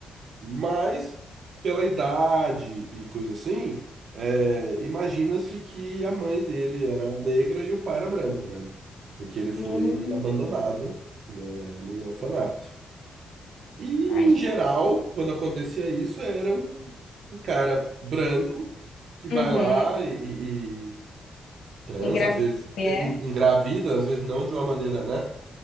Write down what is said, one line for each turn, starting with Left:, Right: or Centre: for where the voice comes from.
Right: Mas pela idade e coisa assim, é, imagina-se que a mãe dele era negra e o pai era branco, né? Porque ele foi
Left: Uhum.
Right: abandonado, né, num orfanato. E,
Left: Ai, gente.
Right: em geral, quando acontecia isso, era um, um cara branco que vai
Left: Uhum.
Right: lá e, e- e transa,
Left: Engravidou,
Right: às vezes
Left: é.
Right: en- engravida, às vezes não de uma maneira, né,